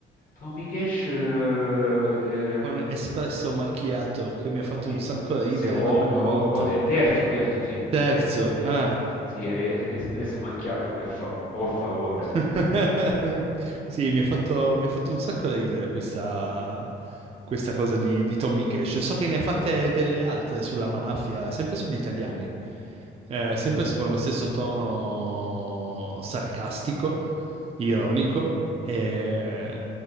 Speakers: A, on the left; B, on the right.
A: Tommy Cash, eh, ehm,
B: con espresso macchiato che mi
A: eh,
B: ha fatto
A: mi-
B: un sacco ridere
A: secondo
B: la prima volta.
A: o te- terzo, terzo, sì.
B: Terzo,
A: Tommy Cash
B: ah,
A: si è espresso macchiato per fa- por favore.
B: <laughs>
A: <laughs>
B: Sì, mi ha fatto, mi ha fatto un sacco ridere questa, questa cosa di, di Tommy Cash. So che ne ha fatte delle altre sulla mafia, sempre sugli italiani, eh, sempre con lo stesso tono sarcastico, ironico, e,